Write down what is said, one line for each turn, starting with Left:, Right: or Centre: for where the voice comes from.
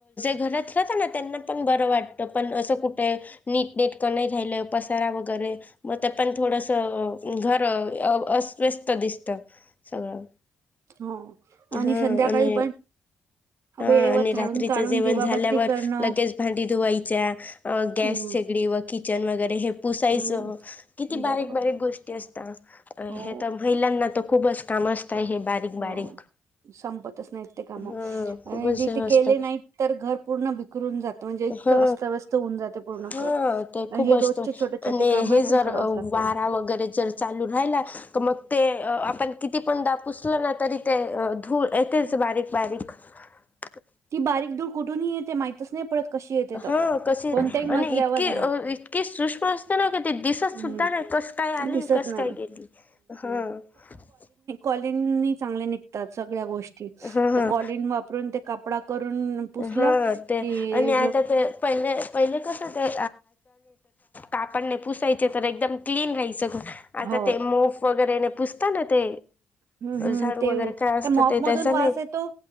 Left: <unintelligible> <unintelligible> त्यांनाण ब वाट पण अस कुठ नीटट नाही रा वगैरे मग तर पण थोडस घर -अस्व्यस्त दिसत सगळं <unintelligible>
Right: हो आणि
Left: हा
Right: संध्याकाळी
Left: आणि
Right: पण
Left: हा
Right: वेळेवर
Left: आणि
Right: झाडून
Left: रात्रीचं
Right: काढून
Left: जेवण
Right: दिवाबत्ती
Left: -झाल्यावर
Right: करणं
Left: लगेच भांडी धुवायच्या अ गॅस
Right: हम्म
Left: शेगडी व किचन वगैरे हे पुसायचं
Right: हम्म
Left: किती
Right: बरोबर
Left: बारीक बारीक गोष्टी असतात अ
Right: हो
Left: हे तर महिलांना तर खूपच काम असतंय हे बारीक- बारीक
Right: हो संपतच नाहीत ते काम,
Left: हा खूपच
Right: जथे
Left: हे असत
Right: केले नाहीत तर घर पूर्ण बिकरून जात म्हणजे इतकं
Left: ह
Right: अस्ताव्यस्त होऊन जाते पूर्ण
Left: -हा
Right: घर
Left: ते
Right: आणि
Left: खूप
Right: हे
Left: असतो
Right: रोजचे छोटे छोटे
Left: आणि
Right: काम
Left: हे
Right: आहे पण
Left: जर
Right: करावच लागतात
Left: वारा वरे ल राग <unintelligible> किती पण दा पुसलं ना तरी ते धूळ येतेच बारीक बारीक <unintelligible>
Right: ती बारीक दूर कुठूनही येते माहितच नाही- <inaudible> येते तर
Left: हा कसे
Right: कोणत्याही मजल्यावर
Left: आणि इतकीे
Right: राहा
Left: इतके सूक्ष्म असते ना का ते <unintelligible> दिसत
Right: हम्म
Left: सुद्धा नाही कस काय आली
Right: दिसत
Left: कस
Right: नाही.
Left: काय गेली हा- <inaudible>
Right: कॉलीनी चांगले नि सगळ्या गोष्टी
Left: हा हा
Right: तर कॉलीन वापरून ते कपडा करून पुसला
Left: हा ते
Right: की
Left: आणि आता ते पहिले पहिले कसं ते कापड पुसायचे तर एकदम क्लीन राहायचं घर आता
Right: हो
Left: ते गरे पुूसता ना ते
Right: हम्म हम्म
Left: झाडू
Right: ते
Left: वगैरे
Right: त्या
Left: त
Right: मॉप
Left: ते
Right: मधून
Left: त्याच नाही
Right: वास येतो.